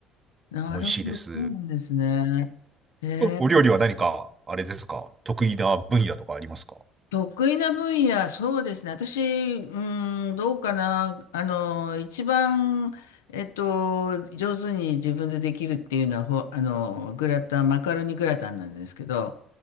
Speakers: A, on the left (about 80°); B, on the right (about 30°).
A: なるほど、
B: 美味しいです。
A: そうなんですね。えー
B: おお料理は何か、あれですか得意な分野とかありますか
A: 得意な分野、そうですね。私、うん、どうかな。あの、一番、えっと、上手に自分でできるっていうのは、ほ、あの、グラタン、マカロニグラタンなんですけど、